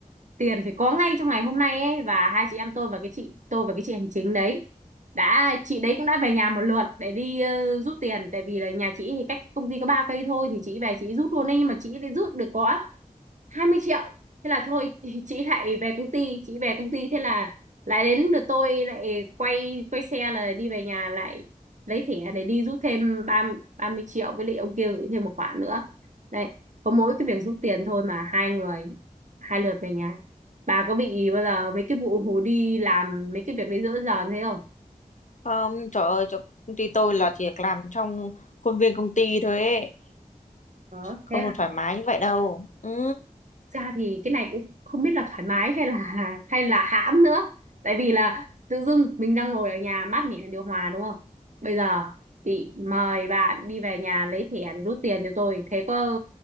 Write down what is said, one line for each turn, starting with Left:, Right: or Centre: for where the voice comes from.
Right: tiền phải có ngay trong ngày hôm nay ấy và hai chị em tôi và cái chị tôi và cái chị hành chính đấy đã chị đấy cũng đã về nhà một lượt để đi ờ, rút tiền tại vì là nhà chị thì cách công ty có ba cây thôi thì chị về chị rút luôn đấy nhưng mà chị lại rút được có hai mươi triệu thế là thôi <laughs> chị lại về công ty chị về công ty thế là lại đến lượt tôi lại quay quay xe là đi về nhà lại lấy thẻ để đi rút thêm ba mươi triệu với lại ông kia gửi thêm một khoản nữa đấy có mỗi cái việc rút tiền thôi mà hai người hai lượt về nhà bà có bị bao giờ mấy cái vụ hù đi làm mấy cái việc đấy giữa giờ thế không
Left: Không, trời ơi, chỗ công ty tôi là chỉ làm trong khuôn viên công ty thôi ấy.
Right: có
Left: Không
Right: thế hả?
Left: thoải mái như vậy đâu. Ừ.
Right: ra thì cái này cũng không biết là thoải mái hay là hay là hãm nữa tại vì là tự dưng mình đang ngồi ở nhà mát mẻ điều hòa đúng không bây giờ bị mời bạn đi về nhà lấy thẻ để rút tiền cho tôi thế có